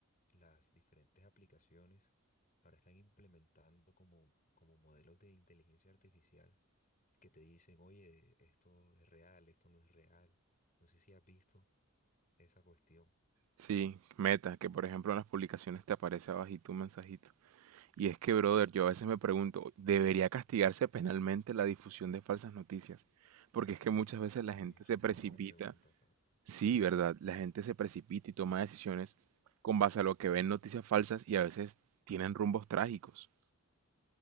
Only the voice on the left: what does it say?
las diferentes aplicaciones ahora están implementando como, como modelos de inteligencia artificial que te dicen, oye, esto es real, esto no es real. No sé si has visto esa cuestión.
Uy, esa
es
una buena pregunta, ¿sabes?